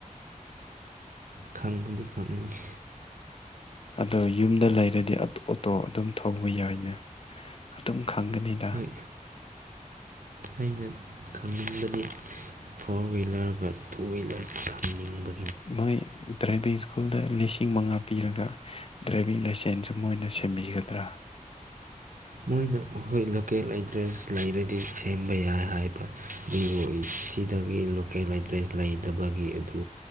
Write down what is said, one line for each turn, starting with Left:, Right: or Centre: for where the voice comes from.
Right: ꯈꯪꯕꯗꯤ ꯈꯪꯅꯤꯡꯉꯤ
Left: ꯑꯗꯣ ꯌꯨꯝꯗ ꯂꯩꯔꯗꯤ ꯑꯣꯇꯣ ꯑꯗꯨꯝ ꯊꯧꯕ ꯌꯥꯏꯅꯦ ꯑꯗꯨꯝ ꯈꯪꯒꯅꯤꯅ
Right: ꯍꯣꯏ ꯑꯩꯅ ꯈꯪꯅꯤꯡꯕꯗꯤ ꯐꯣꯔ ꯍꯋꯤꯂꯔꯒ ꯇꯨ ꯍꯋꯤꯂꯔꯒ ꯈꯪꯅꯤꯡꯕ
Left: ꯃꯣꯏ ꯗ꯭ꯔꯥꯏꯚꯤꯡ ꯁ꯭ꯀꯨꯜꯗ ꯂꯤꯁꯤꯡ ꯃꯉꯥ ꯄꯤꯔꯒ ꯗ꯭ꯔꯥꯏꯚꯤꯡ ꯂꯥꯏꯁꯦꯟꯁꯁꯨ ꯃꯣꯏꯅ ꯁꯦꯝꯕꯤꯒꯗ꯭ꯔꯥ
Right: ꯃꯣꯏꯅ ꯑꯩꯈꯣꯏ ꯂꯣꯀꯦꯜ ꯑꯦꯗ꯭ꯔꯦꯁ ꯂꯩꯔꯗꯤ ꯁꯦꯝꯕ ꯌꯥꯏ ꯍꯥꯏꯕ ꯑꯗꯨꯕꯨ ꯁꯤꯗꯒꯤ ꯂꯣꯀꯦꯜ ꯑꯦꯟꯗ꯭ꯔꯦꯁ ꯂꯩꯇꯕꯒꯤ ꯑꯗꯨ